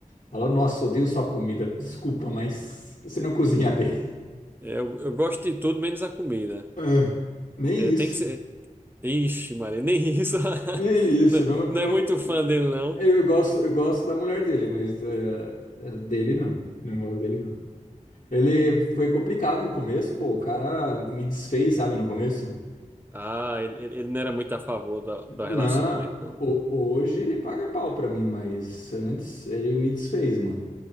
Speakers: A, on the left; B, on the right.
A: Fala, nossa, odeio sua comida. Desculpa, mas você não cozinha bem.
B: É, Eu, eu gosto de tudo menos a comida.
A: Ah, nem
B: É, tem
A: isso.
B: que ser. Ixi, Maria, nem isso. <laughs>
A: Nem isso.
B: Não,
A: Não,
B: não
A: não...
B: é muito fã dele, não.
A: Eu gosto, eu gosto da mulher dele, mas é, é, dele não. Não gosto dele, não. Ele foi complicado no começo, pô. O cara me desfez, sabe, no começo.
B: Ah, ele, ele ele não era muito a favor do,
A: Não,
B: do relacionamento, não.
A: ho- hoje ele paga pau pra mim, mas antes ele me desfez, mano.